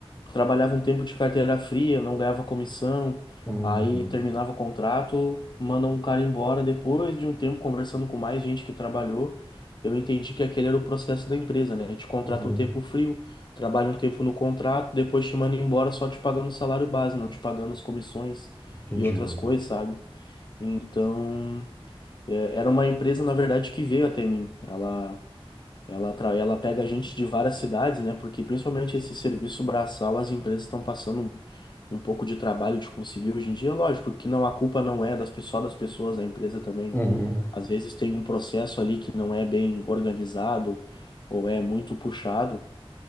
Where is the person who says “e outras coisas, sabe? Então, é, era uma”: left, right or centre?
Left